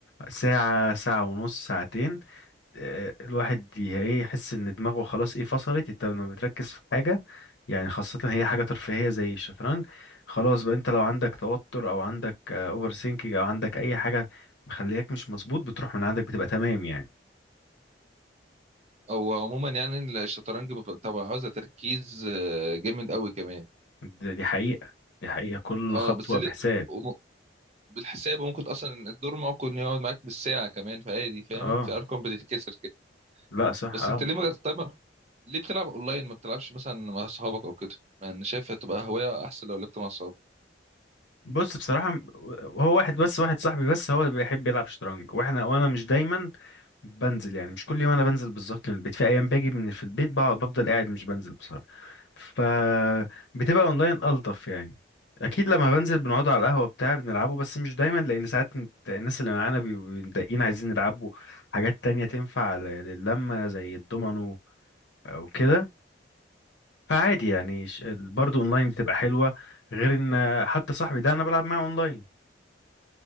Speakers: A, on the left; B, on the right.
A: ساعة ساعة ونص ساعتين آه الواحد ي- ايه يحس ان دماغه خلاص ايه فصلت انت لما بتركز في حاجة يعني خاصة هي حاجة ترفيهية زي الشطرنج خلاص بقى انت لو عندك توتر او عندك اوفر سينكينج او عندك اي حاجة مخلياك مش مظبوط بتروح من عندك بتبقى تمام يعني
B: هو عموما يعني الشطرنج بيبقى طبعا عاوزة تركيز آه، جامد قوي كمان
A: د- دي حقيقة دي حقيقة كل
B: اه
A: خطوة
B: بس ليه
A: بحساب
B: وم- بالحساب ممكن اصلا الدور ممكن يقعد معاك بالساعة كمان فعادي فاهم
A: اه
B: في ارقام بتتكسر كده
A: لا صح
B: بس
A: اه
B: انت ليه ما طيب ما- ليه بتلعب اونلاين ما بتلعبش مثلا مع اصحابك او كده مع ان شايف هتبقى هواية احسن لو لعبت مع اصحابك
A: بص بصراحة هو واحد بس واحد صاحبي بس هو اللي بيحب يلعب شطرنج واحنا وانا مش دايما بنزل يعني مش كل يوم انا بنزل بالظبط من البيت في ايام باجي من في البيت بقعد بفضل قاعد مش بنزل بصراحة فبتبقى اونلاين الطف يعني اكيد لما بنزل بنقعد على القهوة بتاع بنلعبه بس مش دايما لان ساعات انت- الناس اللي معانا بيبقوا متضايقين عايزين يلعبوا حاجات تانية تنفع ل- للمة زي الدومينو او كده فعادي يعني ش- برضه اونلاين بتبقى حلوة غير ان حتى صاحبي ده انا بلعب معاه اونلاين